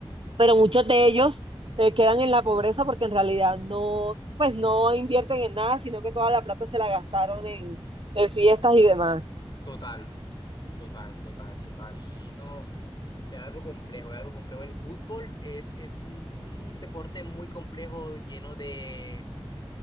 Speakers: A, on the right (about 65°); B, on the left (about 50°).
A: pero muchos de ellos eh, quedan en la pobreza porque en realidad no, pues no invierten en nada, sino que toda la plata se la gastaron en, en fiestas y demás.
B: total. Total, total, total. Y no, es algo complejo, es algo complejo. El fútbol es, es un, un deporte muy complejo, lleno de,